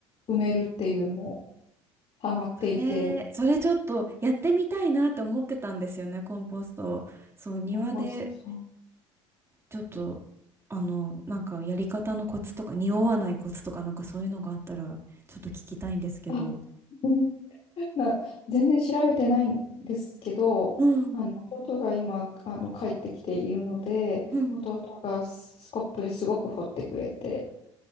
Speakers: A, on the left; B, on the right.
A: 埋めるっていうのをハマっていて、
B: それ、それちょっとやってみたいなって思ってたんですよね、コンポスト。そう、庭で
A: コンポスト、そう。
B: ちょっと、あの、なんかやり方のコツとか、匂わないコツとか、なんかそういうのがあったら、ちょっと聞きたいんですけど。
A: あ <laughs> <laughs> な、全然調べてないんですけど、
B: うん、
A: あの弟が今あの帰ってきているので、
B: うん、
A: 弟がスコップですごく掘ってくれて、